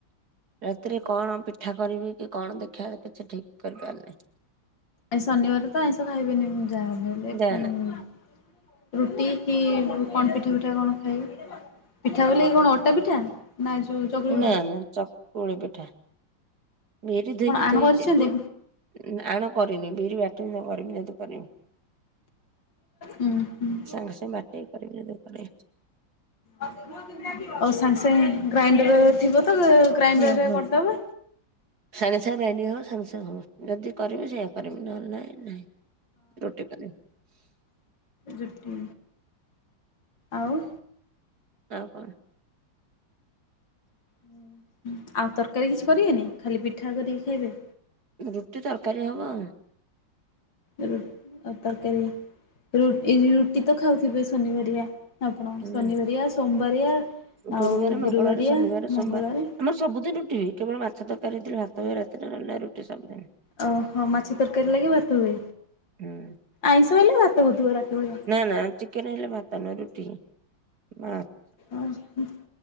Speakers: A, on the right; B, on the left.
A: ରାତିରେ କଣ ପିଠା କରିବି କି କଣ ଦେଖେ କିଛି ଠିକ୍ କରି ପାରିନି।
B: ଆଜି ଶନିବାର ତ ଆଇଁଷ ଖାଇବେନି ମୁ ଯାହା ବି ହେଲେ
A: ନା
B: ମୁଁ।
A: ନା
B: ରୁଟି କି କଣ ପିଠା ପିଠା କଣ ଖାଇବ? ପିଠା ବୋଲି କଣ ଅଟା ପିଠା ନା ଯୋଉ ଚକୁଳି ପିଠା?
A: ନା ନା ଚକୁଳି ପିଠା, ବିରି ଧୋଇକି
B: କଣ ଆଣ
A: ଥୋଇଚି
B: କରିଛନ୍ତି?
A: <unintelligible> ଉଁ, ନା ଆଣ କରିନି ବିରି ବାଟିମି ଯା କରିବି ଯଦି କରିବି।
B: ଉଁ ହୁଁ।
A: ସାଙ୍ଗ ସାଙ୍ଗେ ବାଟିକି କରିବି ଯଦି କରିବି।
B: ଆଉ ସାଙ୍ଗେ ସାଙ୍ଗେ ଗ୍ରାଇଣ୍ଡର ଥିବ ତ ଗ୍ରାଇଣ୍ଡରରେ
A: ହ ହ
B: କରିଦେବା।
A: ସାଙ୍ଗେ ସାଙ୍ଗେ ସାଙ୍ଗେ ଗ୍ରାଇଣ୍ଡିଙ୍ଗ ହବ ସାଙ୍ଗେ ସାଙ୍ଗେ ହବ ଯଦି କରିବି ସେଇଆ କରିବି ନା ହେଲେ ନାହିଁ ନାହିଁ ରୋଟି କରିବି।
B: ଯିବି ଆଉ।
A: ଆଉ କଣ।
B: ହୁଁ। ହଁ ଆଉ ତରକାରୀ କିଛି କରିବେନି ଖାଲି ପିଠା କରିକି ଖାଇବେ?
A: ରୁଟି ତରକାରୀ ହେବ ଆଉ।
B: ଆଉ ତରକାରୀ ରୁ ରୁଟି ତ ଖାଉଥିବେ ଶନିବାରିଆ। ଆପଣ
A: ହୁଁ
B: ଶନିବାରିଆ ସୋମବାରିଆ
A: ଗୁରୁବାର
B: ଆଉ
A: ମଙ୍ଗଳବାର
B: ଗୁରୁବାରିଆ
A: ଶନିବାର ସୋମବାର
B: ମଙ୍ଗଳବାର
A: ଆମର ସବୁଦିନ ରୁଟି ହୁଏ କେବଳ ମାଛ ତରକାରୀ ଥିଲେ ଭାତ ହୁଏ ରାତିରେ ରୁଟି ସବୁଦିନ।
B: ଓହୋ ମାଛ ତରକାରୀ ଲାଗି ଭାତ ହୁଏ
A: ହୁଁ
B: ଆଇଁଷ ହେଲେ ଭାତ ହଉଥିବ ରାତି ଭଳିଆ?
A: ନା ନା ଚି କେନ ହେଲେ ଭାତ ନୁହ ରୁଟି ମା
B: ଅ ହୋ